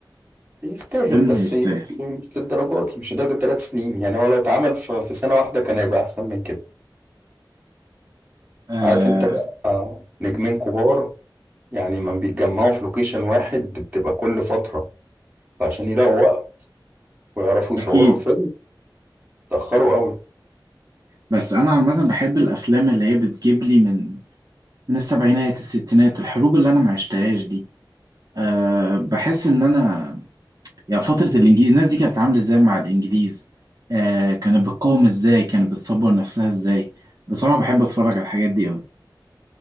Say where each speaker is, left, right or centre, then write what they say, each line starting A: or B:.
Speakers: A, on the right (about 20°); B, on the right (about 50°).
A: يستاهل
B: الفيلم
A: بس
B: يستاهل
A: إيه؟ مش للدرجات مش لدرجة ثلاث سنين يعني هو لو اتعمل في في سنة واحدة كان هيبقى أحسن من كده
B: آه،
A: عارف أنت بقى آه، نجمين كبار يعني ما بيتجمعوا في لوكيشن واحد بتبقى كل فترة فعشان يلاقوا وقت ويعرفوا يصوروا
B: اكيد
A: الفيلم اتأخروا قوي
B: بس انا عامه بحب الافلام اللي هي بتجيب لي من من السبعينات الستينات الحروب اللي انا ما عشتهاش دي أه بحس ان انا يعني فترة الإنجليز الناس دي كانت بتتعامل إزاي مع الإنجليز آه كانت بتقاوم إزاي كانت بتصبر نفسها إزاي بصراحة بحب أتفرج على الحاجات دي أوي